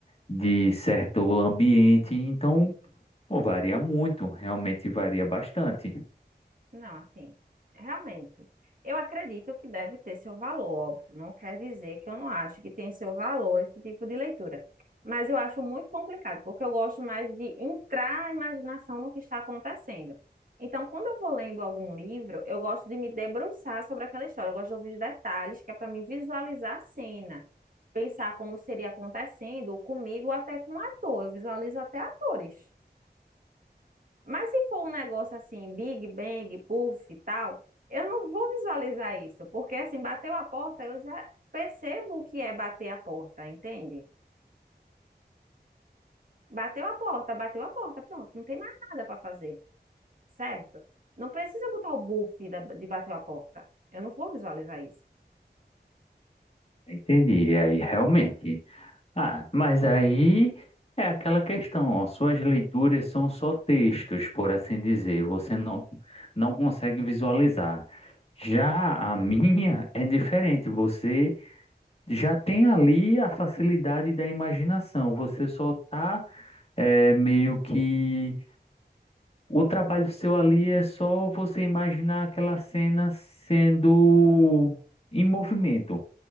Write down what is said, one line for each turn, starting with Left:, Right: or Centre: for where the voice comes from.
Left: de certo ambiente. Então, pô, varia muito, realmente varia bastante.
Right: Não, assim, realmente, eu acredito que deve ter seu valor, óbvio. Não quer dizer que eu não acho que tem seu valor esse tipo de leitura. Mas eu acho muito complicado, porque eu gosto mais de entrar a imaginação no que está acontecendo. Então, quando eu vou lendo algum livro, eu gosto de me debruçar sobre aquela história. Eu gosto de ouvir os detalhes, que é para me visualizar a cena, pensar como seria acontecendo, ou comigo, ou até com um ator. Eu visualizo até atores. Mas se for um negócio assim, Big Bang, Puff e tal, eu não vou visualizar isso, porque assim, bateu a porta, eu já percebo o que é bater a porta, entende? Bateu a porta, bateu a porta, pronto, não tem mais nada para fazer, certo? Não precisa botar o buff da- de bater a porta. Eu não vou visualizar isso.
Left: Entendi. E aí, realmente. Ah, mas aí é aquela questão, ó, suas leituras são só textos, por assim dizer, você não, não consegue visualizar. Já a minha <laughs> é diferente, você já tem ali a facilidade da imaginação, você só tá é, meio que. O trabalho seu ali é só você imaginar aquela cena sendo em movimento,